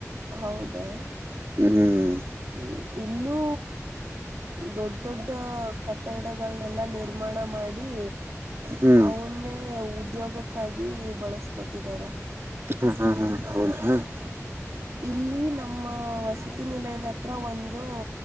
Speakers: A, on the right (about 80°); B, on the right (about 55°).
A: ಹೌದಾ
B: ಹ್ಮ್ ಹ್ಮ್
A: ಹ್ಮ ಇಲ್ಲೂ ದೊಡ್ಡ ದೊಡ್ಡ ಕಟ್ಟಡಗಳನ್ನೆಲ್ಲ ನಿರ್ಮಾಣ ಮಾಡಿ
B: ಹ್ಮ್
A: ಅವನ್ನೇ ಉದ್ಯೋಗಕ್ಕಾಗಿ ಬಳಸ್ಕೋತಿದ್ದಾರೆ.
B: ಹ್ಮ <unintelligible>
A: ಹ <unintelligible> <unintelligible>
B: <unintelligible> <unintelligible>
A: ಇಲ್ಲಿ ನಮ್ಮ ವಸತಿ ನಿಲಯದ ಹತ್ರ ಒಂದು